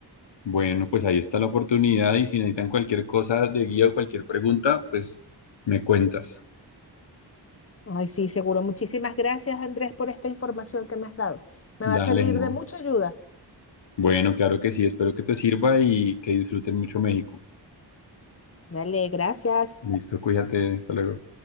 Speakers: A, on the left; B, on the left.
A: Bueno, pues ahí está la oportunidad y si necesitan cualquier cosa de guía o cualquier pregunta, pues me cuentas.
B: Ay, sí, seguro. Muchísimas gracias, Andrés, por esta información que me has dado. Me va
A: Dale,
B: a servir
A: no.
B: de mucha ayuda.
A: Bueno, claro que sí, espero que te sirva y que disfruten mucho México.
B: Dale, gracias.
A: Listo, cuídate, hasta luego.